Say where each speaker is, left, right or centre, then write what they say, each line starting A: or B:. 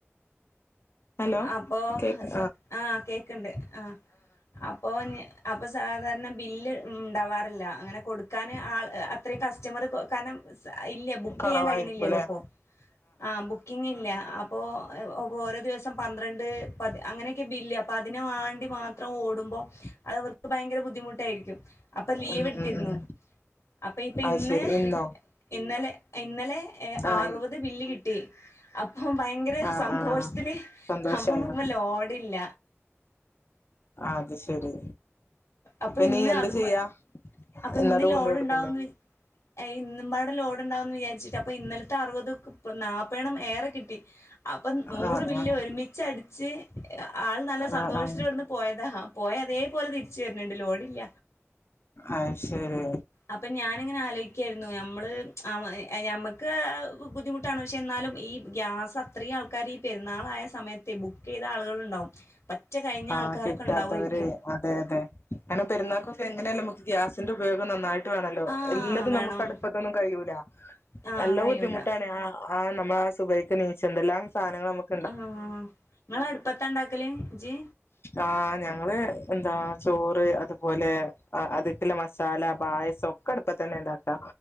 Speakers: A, on the left; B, on the left.
A: ഹലോ
B: അപ്പോ
A: കേക്ക്
B: ആഹ് കേക്ണ്ട് ആഹ് അപ്പോ ഞ് അപ്പൊ സാധാരണ ബില്ല് ഉണ്ടാവാറില്ല അങ്ങനെ കൊടുക്കാന് ആൾ അത്രയും കസ്‌ റ്റമർ കാരണം ഇല്ല ബുക്ക്‌
A: കൊറവായിരിക്കുംല്ലേ
B: ചെയ്യാൻ കഴിയ്ണില്ലല്ലോ ഇപ്പൊ ആഹ് ബുക്കിങ്ങില്ല അപ്പോ ഓരോ ദിവസം പന്ത്രണ്ട് പത് അങ്ങനെയൊക്കെ ബില്ല്. അപ്പൊ അതിന് വാണ്ടി മാത്രം ഓടുമ്പോ അത് അവർക്ക് ഭയങ്കര ബുദ്ധിമുട്ടായിരിക്കും. അപ്പ ലീവ്
A: ഉം
B: എടുത്തിരുന്നു
A: ഉം ഉം
B: അപ്പൊ ഇപ്പൊ
A: അത്
B: ഇന്ന്
A: ശരി ഇന്നോ
B: ഇന്നലെ ഇന്നലെ
A: ആഹ്
B: അറുപത്
A: ഇൻ
B: ബില്ല് കിട്ടി. അപ്പൊ ഭയങ്കര
A: ആഹ്
B: സന്തോഷത്തില്
A: ആഹ് സന്തോഷായോ
B: അപ്പൊ നോക്കുമ്പോ ലോടില്ല.
A: അത് ശരി
B: അപ്പൊ
A: ഇനി
B: ഇന്ന്
A: എന്താ
B: അതും
A: ചെയ്യാ
B: അപ്പൊ
A: ഇന്നത്
B: ഇന്ന്
A: കൊണ്ട്
B: ലോഡ്
A: കൊടുക്കണ്ടോ
B: ഉണ്ടാവുംന്ന് വി എ ഇന്നും പാടെ ലോഡ് ഉണ്ടാവും ന്ന് വിചാരിച്ചിട്ട് അപ്പൊ ഇന്നലത്തെ അറുപതും നാൽപ്പേണ്ണം ഏറെ കിട്ടി. അപ്പം നൂറ്
A: ആഹ്
B: ബില്ല്
A: ആഹ്
B: ഒരുമിച്ചട്ച്ച് ആൾ നല്ല സന്തോഷത്ത്ലിവിടുന്ന്
A: ആഹ് ആഹ്
B: പോയതാ ഹാ പോയ അതേപോലെ തിരിച്ചു വരുന്നുണ്ട് ലോഡില്ല
A: അയ് ശരി
B: അപ്പം ഞാനിങ്ങനെ ആലോയ്ക്കെര്ന്നു നമ്മള് ഞമ്മക്ക് ബുദ്ധിമുട്ട- ട്ടാണ് പക്ഷെ എന്നാലും ഈ ഗ്യാസ് അത്രീ ആൾക്കാര് ഈ പെര്ന്നാളായ സമയത്ത് ബുക്കീത ആളുകള് ഇണ്ടാവും പറ്റ കഴിഞ്ഞ
A: ആഹ്
B: ആൾക്കാരൊക്ക
A: കിട്ടാത്തവര്
B: ഇണ്ടാവായിരിക്കും
A: അതെ അതെ കാര്ണം പെരുന്നാക്കൊക്ക എങ്ങനെ ആയാലും നമ്മക്ക് ഗ്യാസിന്റെ ഉപയോഗം നന്നായിട്ട് ട്ട് വേണലോ
B: ആഹ്
A: എല്ലതും
B: വേണം
A: നമുക്ക് അടുപ്പത്തൊന്നും കയ്യൂല
B: ആഹ്
A: നല്ല
B: കഴിയൂല
A: ബുദ്ധിമുട്ടാണ് ആഹ് ആഹ് നമ്മള ആഹ് സുബൈയ്ക്ക് നീച്ച്ണ്ടലൊ എന്തെല്ലാം സാനങ്ങള് നമ്മക്ക്
B: ആഹ് ഇങ്ങളട്പ്പത്ത ഇണ്ടാക്കല് ഇജ്ജ്
A: ആഹ് ഞങ്ങള് എന്താ ചോറ് അത്പോലെ അത്ക്ക്ള്ള മസാല പായസം ഒക്കെ അടുപ്പത്തന്നെ ഇണ്ടാക്കാ